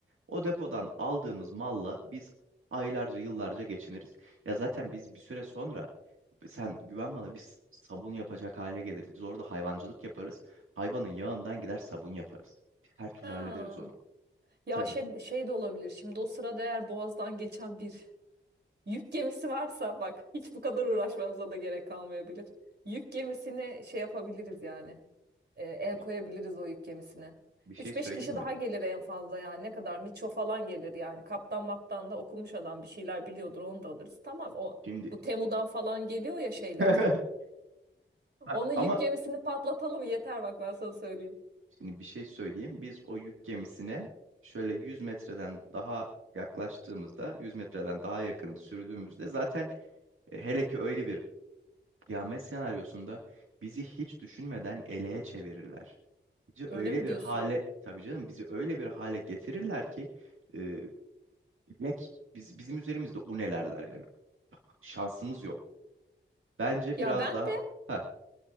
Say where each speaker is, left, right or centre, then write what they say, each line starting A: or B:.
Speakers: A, on the right; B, on the right.
A: O depodan aldığımız malla biz aylarca yıllarca geçiniriz. Ya zaten biz bir süre sonra sen güven bana biz sabun yapacak hale geliriz. Biz orada hayvancılık yaparız. Hayvanın yağından gider sabun yaparız. Her türlü
B: Ha.
A: hallederiz onu.
B: Ya
A: Tabii
B: şey, şey de olabilir. Şimdi o sırada eğer Boğaz'dan geçen bir yük gemisi varsa bak hiç bu kadar uğraşmamıza da gerek kalmayabilir. Yük gemisini şey yapabiliriz yani. E, el
A: bir,
B: koyabiliriz o yük gemisine.
A: bir şey
B: Üç
A: söyleyeyim
B: beş kişi
A: mi?
B: daha gelir en fazla yani. Ne kadar? Miço falan gelir yani. Kaptan maptan da okumuş adam bir şeyler biliyordur onu da alırız. Tamam o
A: Şimdi
B: bu Temu'dan falan geliyor ya şeyler.
A: <laughs> Bak
B: Onu yük
A: ama
B: gemisini patlatalım yeter bak ben sana söyleyeyim.
A: Şimdi bir şey söyleyeyim. Biz o yük gemisine şöyle 100 metreden daha yaklaştığımızda, 100 metreden daha yakın sürdüğümüzde zaten e, hele ki öyle bir kıyamet senaryosunda bizi hiç düşünmeden eleğe çevirirler. Bizi
B: Öyle
A: öyle
B: mi
A: bir
B: diyorsun?
A: hale, tabii canım bizi öyle bir hale getirirler ki e, bilek biz, bizim üzerimizde unelerler yani. Şansımız yok. Bence
B: Ya
A: biraz
B: ben
A: daha ha,